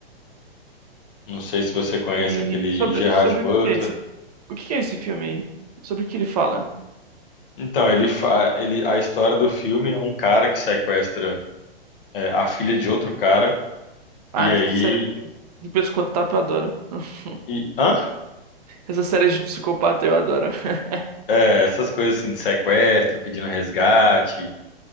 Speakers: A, on the left; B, on the right.
A: Não sei se você conhece
B: E,
A: aquele
B: e sobre,
A: Gerard
B: e sobre
A: Butler.
B: o que é esse? O que é esse filme aí? Sobre o que ele fala?
A: Então, ele, fa- ele a história do filme é um cara que sequestra é, a filha de outro cara
B: Ah,
A: e aí
B: série de pescotapo eu adoro. <laughs>
A: e hã?
B: Essa série de psicopata eu adoro. <laughs>
A: É, essas coisas assim de sequestro, pedindo resgate,